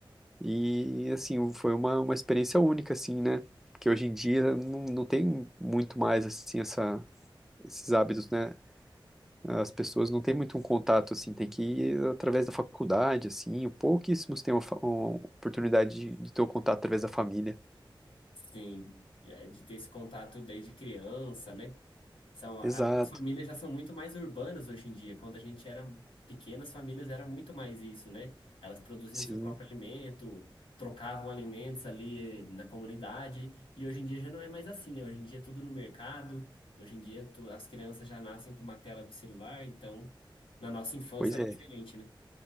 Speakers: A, in the centre; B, on the left.
A: E assim, foi uma, uma experiência única, assim, né? Que hoje em dia não, não tem muito mais assim essa, esses hábitos, né? As pessoas não têm muito um contato, assim, tem que ir através da faculdade, assim, pouquíssimos têm uma, fa- uma oportunidade de, de ter o contato através da família.
B: Sim, é, de ter esse contato desde criança, né? São, a-
A: Exato,
B: as famílias já são muito mais urbanas hoje em dia. Quando a gente era pequena, as famílias era muito mais isso, né? Elas produziam
A: sim,
B: seu próprio alimento, trocavam alimentos ali eh, na comunidade. E hoje em dia já não é mais assim, né? Hoje em dia é tudo no mercado. Hoje em dia tu- as crianças já nascem com uma tela do celular. Então, na nossa infância
A: pois
B: era
A: é.
B: diferente, né?